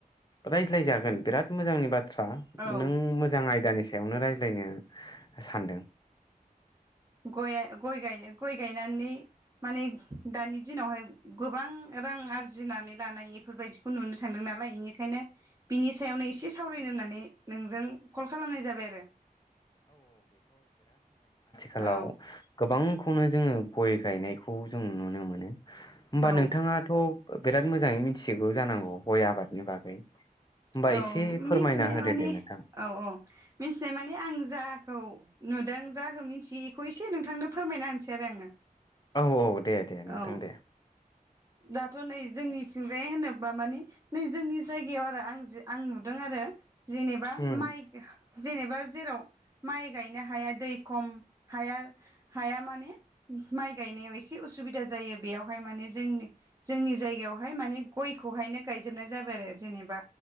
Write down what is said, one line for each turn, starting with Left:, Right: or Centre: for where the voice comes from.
Left: रायज्लायजागोन बिराद मोजांनि बाथ्रा।
Right: औ
Left: नों मोजां आयदानि सा बेखौनो रायज्लायनो सानदों
Right: गया गय गय गय गायनानै माने दानि दिनावहाय गोबां रां आरजिनानै लानाय बेफोरबायदिखौ नुनो थांदों नालाय बेनिखायनो बिनि सायावनो एसे सावरायनो होननानै नोंजों कल खालामनाय जाबाय आरो।
Left: थिखालाव
Right: आरो
Left: गोबांखौनो जोङो। गय गायनायखौ जों नुनो मोनो। होमबा
Right: औ
Left: नोंथाङाथ'। बिराद मोजाङै मिथिजोबो जानांगौ गय आबादनि बागै। होमबा
Right: औ
Left: एसे फोरमायना
Right: मिथिनाय
Left: होदो
Right: माने
Left: दे नोंथां
Right: औ औ मिथिनाय माने आं जों खौ नुदों जाखौ मिथियो बेखौ एसे नोंथांनो फोरमायना होनसै आरो आङो।
Left: औ औ दे दे नोंथां
Right: औ
Left: दे।
Right: दाथ' नै जोंनिथिंजाय होनोब्ला माने नै जोंनि जायगायाव आरो आं। जे आं नुदों आरो। जेनेबा
Left: उम
Right: माइ जेनेबा जेराव। माइ गायनो हाया दै खम हाया हाया माने माइ गायनायाव एसे उसुबिदा जायो बेयावहाय माने जों जोंनि जायगायावहाय माने गयखौहायनो गायजोबनाय जाबाय आरो जेनेबा